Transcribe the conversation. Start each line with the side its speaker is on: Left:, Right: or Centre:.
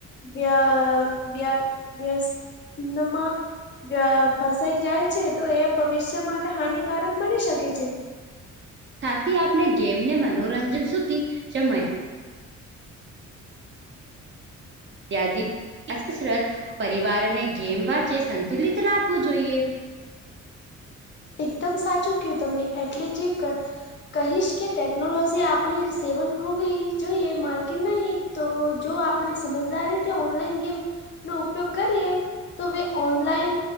Left: વ્યા વ્યા વ્યસનમાં વ્યા ફસાઈ જાય છે તો એ ભવિષ્ય માટે હાનિકારક બની શકે છે.
Right: સાથે આપણે ગેમ ને મનોરંજન સુધી જમરી યાદી અ કસરત પરિવારને ગેમ વાંચે સંતુલિત રાખવું જોઈએ.
Left: એકદમ સાચું કહ્યું તમે એટલે જે કર. કહીશ કે ટેકનોલોજી આપણી સેવન હોવી જોઈએ માલકિન નહિ તો જો આપણે સમજદારી થી ઓનલાઈન ગેમ નો ઉપયોગ કરીએ તો વે ઓનલાઈન